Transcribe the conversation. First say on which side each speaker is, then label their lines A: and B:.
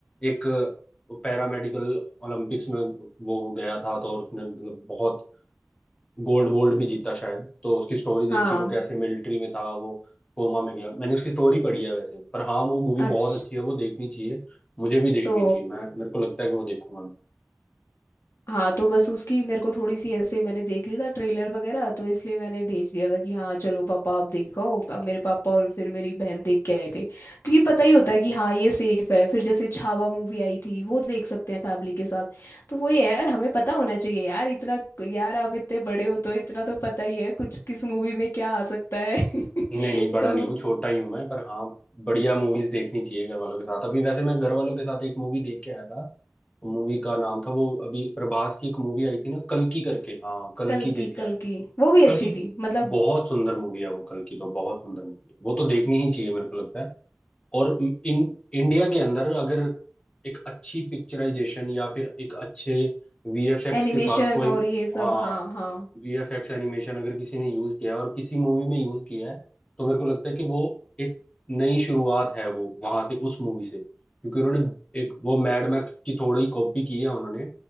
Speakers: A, on the left (about 25°); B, on the left (about 65°).
A: एक पैरामेडिकल ओलंपिक्स में वो गया था तो और उसने मतलब बहुत गोल्ड वोल्ड भी जीता शायद तो उसकी स्टोरी देखी
B: हाँ
A: वो कैसे मिलिट्री में था वो कोमा में गया मैंने उसकी स्टोरी पढ़ी है वैसे पर हाँ वो मूवी
B: अच्छा
A: बहुत अच्छी है वो देखनी चाहिए मुझे भी देखनी
B: तो
A: चाहिए मैं मेरे को लगता है कि वो देखूंगा मैं
B: हाँ तो बस उसकी मेरे को थोड़ी सी ऐसे मैंने देख लिया था ट्रेलर वगैरह तो इसलिए मैंने भेज दिया था कि हाँ चलो पापा आप देखो अब मेरे पापा और फिर मेरी बहन देख के आए थे क्योंकि पता ही होता है कि हाँ ये सेफ है फिर जैसे छावा मूवी आई थी वो देख सकते हैं फैमिली के साथ तो वही है यार हमें पता होना चाहिए यार इतना यार आप इतने बड़े हो तो इतना तो पता ही है कुछ किस मूवी में क्या आ सकता है <laughs>
A: नहीं नहीं बड़ा
B: तो
A: नहीं हूँ छोटा ही हूँ मैं पर हाँ बढ़िया मूवीज देखनी चाहिए घर वालों के साथ अभी वैसे मैं घर वालों के साथ एक मूवी देख के आया था मूवी का नाम था वो अभी प्रभास की एक मूवी आई थी ना कल्कि करके हाँ कल्कि
B: कल
A: देख
B: की
A: के आया
B: कल
A: हूँ।
B: की वो भी अच्छी
A: कल्कि
B: थी मतलब
A: बहुत सुंदर मूवी है वो कल्कि तो बहुत सुंदर मूवी है वो तो देखनी ही चाहिए मेरे को लगता है और इन इंडिया के अंदर अगर एक अच्छी पिक्चराइजेशन या फिर एक अच्छे वीएफएक्स
B: एनिमेशन
A: के साथ कोई
B: और ये सब
A: हाँ
B: हाँ हाँ
A: वीएफएक्स एनिमेशन अगर किसी ने यूज किया है और किसी मूवी में यूज किया है तो मेरे को लगता है कि वो एक नई शुरुआत है वो वहां से उस मूवी से क्योंकि उन्होंने एक वो मैड मैक्स की थोड़ी कॉपी की है उन्होंने